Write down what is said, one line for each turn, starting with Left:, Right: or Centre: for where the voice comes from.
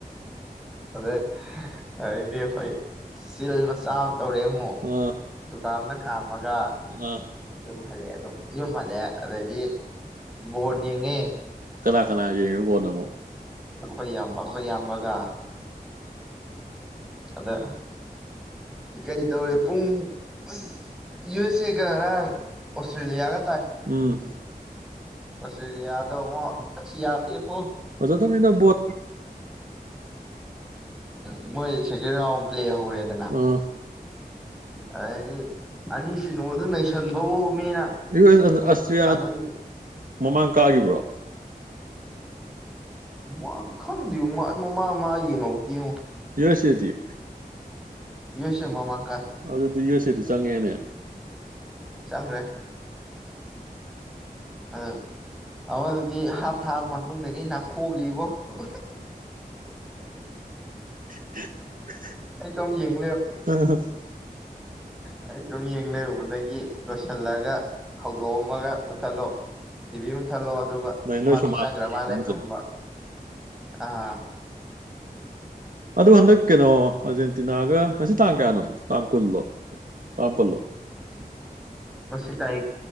Centre: ꯑꯩ ꯑꯗꯩꯗꯤ ꯑꯩꯈꯣꯏ ꯆꯜ ꯃꯆꯥ ꯇꯧꯔꯦ ꯑꯃꯨꯛ
Right: ꯑꯥ
Centre: ꯗꯨꯀꯥꯟꯗ ꯈꯥꯝꯃꯒ
Right: ꯑꯥ
Centre: ꯌꯨꯝꯍꯜꯂꯦ ꯑꯗꯨꯝ ꯌꯨꯝ ꯍꯜꯂꯦ ꯑꯗꯩꯗꯤ ꯕꯣꯔ ꯌꯦꯡꯉꯤ
Right: ꯀꯂꯛ ꯀꯅꯥꯅꯃꯣ
Centre: ꯍꯣꯏ ꯌꯥꯝꯕ ꯑꯩꯈꯣꯏ ꯌꯥꯝꯕꯒ ꯑꯗ ꯀꯔꯤ ꯇꯧꯔꯦ ꯄꯨꯡ ꯑꯁ ꯌꯨ ꯑꯦꯁ ꯑꯦꯒꯔꯥꯡ ꯑꯣꯁꯇ꯭ꯔꯦꯂꯤꯌꯥꯒ
Right: ꯎꯝ
Centre: ꯁ ꯌꯥꯗꯉ ꯌꯥꯗ ꯄꯣ
Right: ꯐꯖ ꯃꯣ
Centre: ꯎꯝꯣꯏ ꯁꯦ ꯄ꯭ꯂ ꯍꯧꯔꯦꯗꯅ
Right: ꯑꯥ
Centre: ꯍꯥꯏꯗꯤ ꯑꯅꯤꯁꯤ ꯅꯉꯣꯟꯗ ꯅꯩꯁꯟꯕꯕꯨ ꯃꯤꯅ
Right: ꯌꯨ ꯑꯦꯁ ꯑꯁꯇ꯭ꯔꯤꯌꯥ
Centre: ꯑꯗꯩ
Right: ꯃꯃꯥꯡ ꯀꯥꯈꯤꯕ꯭ꯔꯣ
Centre: ꯃꯥ ꯈꯪꯗꯦ ꯃꯃꯥꯡ ꯃꯥ ꯌꯦꯡꯉꯧꯗꯤ ꯌꯦꯡꯉꯣ
Right: ꯌꯔꯁꯦꯗꯤ
Centre: ꯌꯁꯦ ꯃꯃꯥꯟ
Right: ꯑꯗꯨ ꯑꯗꯨ ꯌꯣꯁꯔꯤꯁ ꯆꯪꯉꯦꯅ
Centre: ꯆꯪꯈ꯭ꯔꯦ ꯑ ꯑ ꯑꯗꯨꯗꯤ ꯍꯥꯞ ꯊꯥꯕ ꯃꯇꯨꯡꯗꯒꯤ ꯅꯥꯈꯣꯛꯑꯒ ꯏꯕꯣ ꯑꯣ
Right: ꯍ
Centre: ꯑꯩꯣꯝ ꯌꯦꯡ
Right: ꯑ
Centre: ꯑꯩ ꯑꯗꯨꯝ ꯌꯦꯡ ꯂꯩꯔꯨꯕꯗꯒꯤ ꯂꯣꯏꯁꯤꯜꯂꯒ ꯍꯧꯗꯣꯛꯑꯝꯃꯒ ꯃꯨꯠꯊꯠꯂꯣ ꯇꯤꯚꯤ ꯃꯨꯠꯊꯠꯂꯣ ꯑꯗꯨꯒ
Right: ꯅꯣꯏ ꯅꯣꯏꯁꯨ
Centre: ꯃꯥꯁꯨ
Right: ꯃꯥꯡꯉꯦ
Centre: ꯆꯪꯈ꯭ꯔ ꯃꯥꯜꯂꯦ ꯇꯨꯝꯕ ꯑꯥ
Right: ꯑꯗꯨ ꯍꯟꯗꯛ ꯀꯩꯅꯣ ꯑꯥꯔꯖꯦꯟꯇꯤꯅꯥꯒ ꯉꯁꯤ ꯇꯥꯡ ꯀꯌꯥꯅꯣ ꯇꯥꯡ ꯀꯨꯜꯂꯣ ꯇꯥꯡꯄꯜꯂꯣ
Centre: ꯃꯁꯤꯁꯤ ꯇꯥꯏ